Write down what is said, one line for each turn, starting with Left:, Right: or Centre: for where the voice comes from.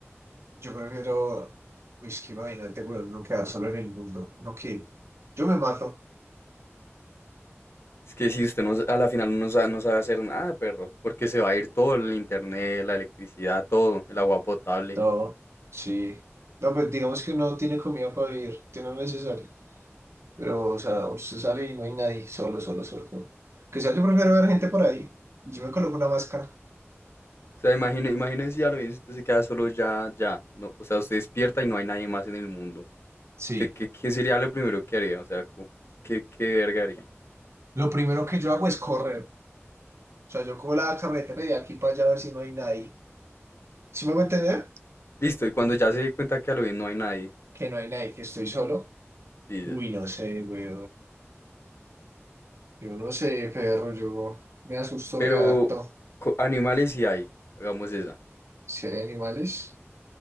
Right: yo prefiero, uy, es que imagínate, weón, no quedar solo en el mundo. Uno que, yo me mato.
Left: Es que si usted no, s- a la final no sabe, no sabe hacer nada, perro, porque se va a ir todo, el internet, la electricidad, todo, el agua potable.
Right: No, sí. No, pues digamos que no tiene comida para vivir, tiene lo necesario. Pero, o sea, usted sale y no hay nadie, solo, solo, solo. Que sea, yo prefiero ver gente por ahí. Y yo me coloco una máscara.
Left: O sea, imagine, imagínense ya lo bien, si usted se queda solo ya, ya, no, o sea, usted despierta y no hay nadie más en el mundo.
Right: Sí.
Left: ¿Usted qué, qué sería lo primero que haría? O sea, co- ¿qué, qué verga haría?
Right: Lo primero que yo hago es correr. O sea, yo cojo la carretera de aquí para allá a ver si no hay nadie. Si me voy a entender?
Left: Listo, y cuando ya se dé cuenta que a lo bien no hay nadie,
Right: Que no hay nadie, que estoy solo.
Left: sí,
Right: Uy, no sé, güey. Yo no sé, perro, yo me asusto
Left: Pero
Right: reacto.
Left: co- animales sí hay, hagamos esa.
Right: Si hay animales.